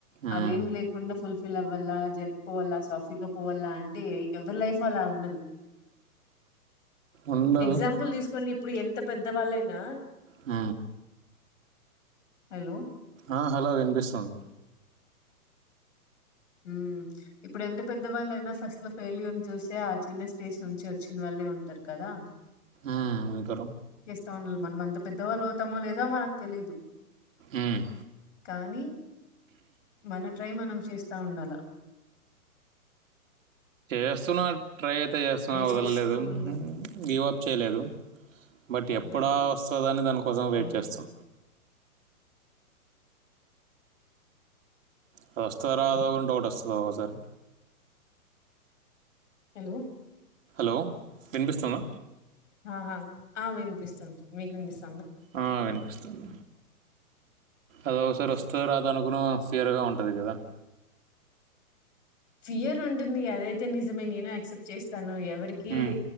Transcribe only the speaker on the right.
ఉమ్.
ఉండదు
అ
ఆ హలొ వినిపిస్తుంది
ఆ ఉంటరు
ఉహ్
ఏస్తున్న ట్రై అయితే చేస్తాను వదల
లేదు
గివ్ వప్ చేయలెదు బట్ ఎప్పుడా
వస్తదని దానికోసం వెయిట్
చేస్తాం అది వస్తదో రాదో కూడా డౌట్ వస్తది ఒకోసారి
హలో వినిపిస్తుందా
ఆ వినిపిస్తా త అది ఒకసారి వస్తాద రాద అను కుణ ఫెయిర్ గా ఉంటది కదా
ఉమ్.